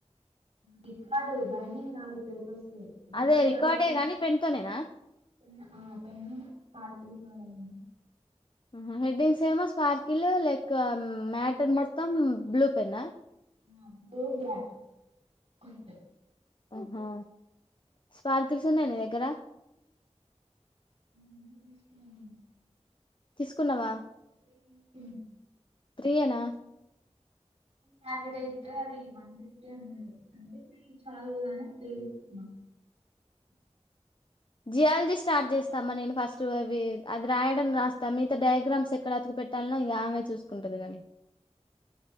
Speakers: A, on the right (about 70°); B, on the left (about 45°).
A: రికార్డు బెండింగ్ కాదు పెప్ రికార్డు
B: అదే రికార్డే
A: కావట్టి
B: గాని పెన్ తోనేనా
A: హ్ ఆ పెన్నును పా వడలిన్న
B: ఆహా హెడ్డింగ్స్ ఏమో స్పార్కిల్ లేక్ మ్యాటర్ మొత్తం బ్లూ పెన్నా
A: ఆ బ్లూ బ్లాక్ కొంచం
B: హా స్పార్కిల్స్ ఉన్నాయ నీ దగ్గర
A: ఎంత తీసుకున్నా <unintelligible>
B: తీసుకున్నావా
A: త్రీ తీసుకున్
B: త్రీయేనా
A: ప్యాకెట్ అయితే అది వన్ ఫిఫ్టీ అన్నాడు అయితే త్రీ చాలుగదాని త్రీ అ
B: జియాలజీ స్టార్ట్ చేస్తామా నేను ఫస్ట్ అవి అది రాయడం రాస్తా మగతా డయాగ్రామ్స్ ఎక్కడతుకు ట్టాల్ ఇగ ఆమె చూసుకుంటది గా